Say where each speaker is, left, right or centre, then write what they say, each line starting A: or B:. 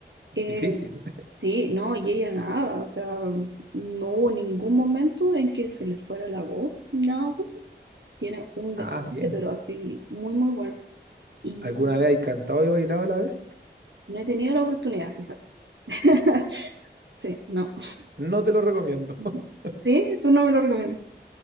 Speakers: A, on the right; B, on the right.
A: Eh,
B: Difícil. <laughs>
A: sí, no, y ella nada, o sea, no hubo ningún momento en que se le fuera la voz, nada de eso. Tiene un
B: Ah,
A: desplante,
B: bien.
A: pero así, muy, muy bueno. Y
B: ¿Alguna vez hay cantado y bailado a la vez?
A: no he tenido la oportunidad, fíjate. <laughs> Sí, no.
B: No te lo recomiendo.
A: Mm.
B: <laughs>
A: Sí, tú no me lo recomiendas.